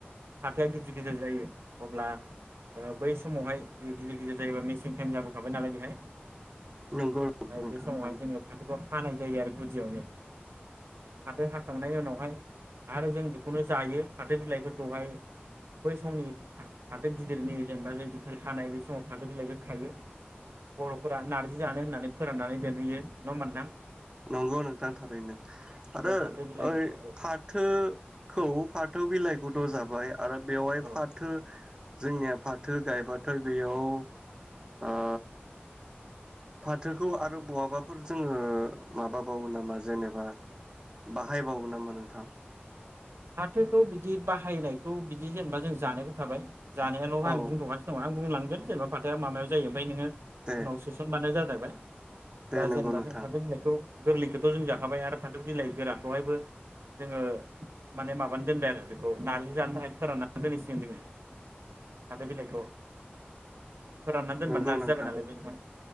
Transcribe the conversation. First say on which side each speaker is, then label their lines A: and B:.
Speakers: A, on the right (about 85°); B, on the right (about 20°).
A: फाथोआ गिदिर गिदिर जायो अब्ला बै समावहाय गिदिर गिदिर जायोबा मेसें टाइम जाबोखाबाय नालाय बेहाय ओमफफ्राय
B: नंगौ नोंथां
A: बे समावहाय
B: थारैनो
A: जोङो फाथोखौ हानाय जायो आरो गुदियावनो फाथो हाखांनायनि उनावहाय आरो जों बेखौनो जायो फाथो बिलाइफोरखौहाय बै समनि फाथो गिदिरनि जेनेबा जदिथाइ खानाय बे समाव फाथो बिलाइखौ खायो बर'फोरा नार्जि जानो होननानै फोराननानै दोनहैयो नङा होमबाथां
B: नंगौ नोंथां थारैनो आरो
A: बे फाथो बिलाइ औ
B: ओइ फाथोखौ फाथो बिलाइखौथ' जाबाय आरो बेवहाय
A: औ
B: फाथो जोंनिया फाथो गायबाथाय बेयाव।
A: औ
B: ओ। फाथोखौ आरो बहाबाफोर जोङो माबाबावो नामा जेनेबा बाहायबावो
A: औ
B: नामा नों थां।
A: फाथोखौ बिदि बाहायनायखौ बिदि जेनेबा जों जानायबो थाबाय। जानायाल'
B: औ
A: आं बुंथगासिनो दं आं। बुंलांगोन जेनेबा फाथोया माबायाव जायो ओमफाय नोङो?
B: दे
A: उनाव सोसनबानो जागो। बाय
B: दे
A: दा
B: नंगौ
A: जेनेबा
B: नोंथां
A: जों फाथो बिलाइखौ। गोरलैखथ' जों जाखाबाय आरो फाथौ बिलाइ गोराखौहायबो जोङो। माने माबानो दोनबाय आरो बेखौ नार्जि जानो थाखाय फोराननानै दोनहैसिगोन जोङो फाथो बिलाइखौ। फोराननानै दोनबानो
B: नंगौ
A: नारजि
B: नोंथां
A: जाबाय नालाय बे निफ्राय।